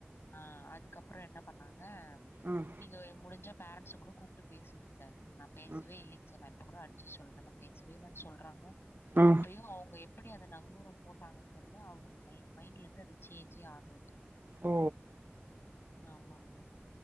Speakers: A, on the left; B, on the right.
A: ஆ அதுக்கப்புற என்ன பண்ணாங் னா
B: ம்
A: நீங்க முடிஞ்சா பேரண்ட்ஸ கூட கூப்ட்டு பேசுங்க சார் நா பேசவே
B: ம்
A: இல்லிங் சார் நா இப் ப கூட அச்சி சொல்றே பேசவே இல்லன் சொல்றாங்க
B: ம்
A: அப்பயு அவுங்க எப் ப்டி அந்த நங்கூரோ போட்டாங்கன் தெர்ல அவரு மைண் மைண்ட்லேந்து அது சேஞ்சே ஆகுலங்
B: ஓ
A: ஆமாங்க.